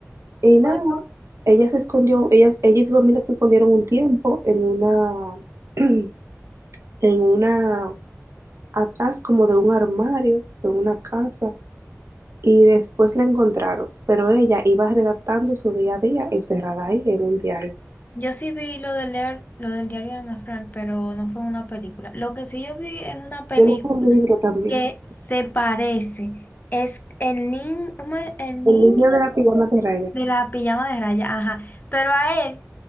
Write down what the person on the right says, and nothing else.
Y nada,
ella se escondió, ella, ella y su familia se escondieron un tiempo en una, <clears throat> en una, atrás como de un armario, en una casa, y después la encontraron, pero ella iba redactando su día a día encerrada ahí en un diario.
Yo leí un libro también,
El
niño de la pijama de raya.